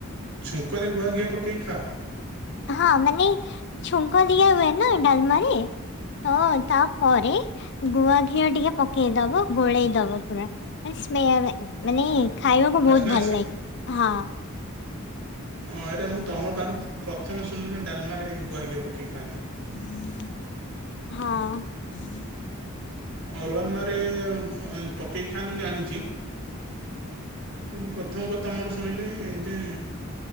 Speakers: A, on the right; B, on the left.
A: ଛୁଙ୍କରେ ଗୁଆ ଘିଅ ପକେଇ ଖାଅ।
B: ହଁ ମାନେ, ଛୁଙ୍କ ଦିଆ ହୁଏ ନା ଡାଲ୍ ମାରେ। ହଁ ତାପରେ ଗୁଆ ଘିଅ ଟିକେ ପକେଇଦବ ଗୋଳେଇ ଦବ ପୁରା। ତା ସ୍ମେଲ୍, ମାନେ ଖାଇବାକୁ
A: ବାସ୍ନା
B: ବହୁତ ଭଲ
A: ଆସିବ।
B: ଲାଗେ, ହଁ।
A: ହଁ, ଏଇଟା ମୁଁ ତମର ପାଖକୁ ପ୍ରଥମେ ଶୁଣିଲି ଯେ, ଡାଲ୍ ମାରେ ଗୁଆଗିଆ ପକେଇ ଖାଆନ୍ତି।
B: ହଁ।
A: ଅରୁୱନ୍ ରେ ପକାଇ ଖାଆନ୍ତି, ମୁଁ ଜାଣିଚି। କିନ୍ତୁ ପ୍ରଥମ କଥା ତମଠୁ ଶୁଣିଲି ଯେ